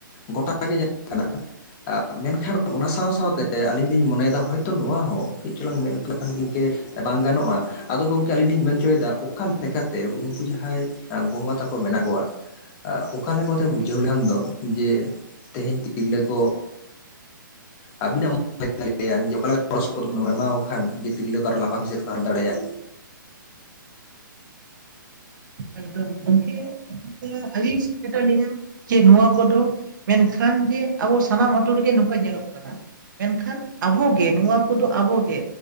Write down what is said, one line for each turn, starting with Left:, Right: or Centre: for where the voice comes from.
Left: ᱜᱚᱴᱟ ᱜᱮ ᱧᱮᱞᱚᱜ ᱠᱟᱱᱟ ᱢᱮᱱᱠᱷᱟᱱ ᱚᱱᱟ ᱥᱟᱶ ᱥᱟᱶᱛᱮ ᱟᱹᱞᱤᱧ ᱞᱤᱧ ᱢᱚᱱᱮᱫᱟ ᱦᱚᱭᱛᱳ ᱱᱚᱣᱟ ᱦᱚᱸ ᱠᱟᱹᱡ ᱪᱚᱞᱟᱝ ᱢᱮᱸᱫ ᱞᱩᱛᱩᱨ ᱞᱮ ᱠᱷᱟᱱ ᱜᱤᱱᱠᱮ ᱮ ᱵᱟᱝ ᱜᱟᱱᱚᱜ-ᱟ᱾ ᱟᱫᱚ ᱜᱚᱝᱠᱮ ᱟᱹᱞᱤᱧ ᱞᱤᱧ ᱢᱮᱱ ᱦᱚᱪᱚᱭᱮᱫᱟ ᱚᱠᱟ ᱞᱮᱠᱟᱛᱮ ᱩᱱᱠᱩ ᱡᱟᱦᱟᱸᱭ ᱜᱚᱝᱠᱟ ᱛᱟᱠᱚ ᱢᱮᱱᱟᱜ ᱠᱚᱣᱟ, ᱚᱠᱟ ᱞᱮᱠᱟ ᱛᱮ ᱵᱩᱡᱷᱟᱹᱣ ᱞᱟᱱ ᱫᱚ ᱡᱮ ᱛᱮᱦᱮᱧ ᱛᱤᱨᱞᱟᱹ ᱠᱚ ᱟᱹᱵᱤᱱᱟᱜ ᱢᱚᱱ ᱪᱮᱫᱭᱟ ᱞᱟᱹᱭ-ᱟ ᱚᱠᱟᱞᱟ ᱜᱚᱲᱚ ᱥᱚᱯᱚᱦᱚᱫ ᱵᱚᱱ ᱮᱢᱟ ᱠᱚ ᱠᱷᱟᱱ ᱡᱮ ᱛᱤᱨᱞᱟᱹ ᱠᱚ ᱟᱨᱦᱚᱸ ᱞᱟᱯᱷᱟᱝ ᱥᱮᱫ ᱠᱚ ᱦᱟᱱ ᱫᱟᱲᱮᱭᱟᱜ,
Right: ᱮᱠᱫᱚᱢ ᱜᱚᱢᱠᱮ ᱟᱹᱞᱤᱧ ᱥᱮᱫ ᱛᱮᱫᱚᱭ ᱞᱮᱭᱟ ᱡᱮ ᱱᱚᱣᱟ ᱠᱚᱫᱚ, ᱢᱮᱱᱠᱷᱟᱱ ᱡᱮ ᱟᱵᱚ ᱥᱟᱱᱟᱢ ᱟᱛᱳ ᱨᱮᱜᱮ ᱱᱚᱝᱠᱟ ᱧᱮᱞᱚᱜ ᱠᱟᱱᱟ᱾ ᱢᱮᱱᱠᱷᱟᱱ ᱟᱵᱚᱜᱮ ᱱᱚᱣᱟ ᱠᱚᱫᱚ ᱟᱵᱚᱜᱮ